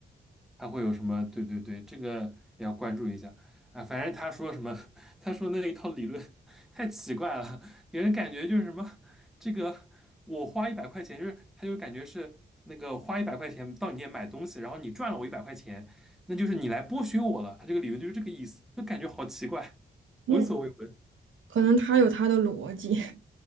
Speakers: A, in the centre; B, on the right.
A: 他会有什么？对对对，这个也要关注一下啊。反正他说什么，<laughs> 他说那一套理论太奇怪了，给人感觉就是什么，这个我花一百块钱，就是他就感觉是那个花一百块钱到你店买东西，然后你赚了我一百块钱，那就是你来剥削我了。他这个理论就是这个意思，就感觉好奇怪，闻所未闻。
B: 嗯，可能他有他的逻辑，<laughs>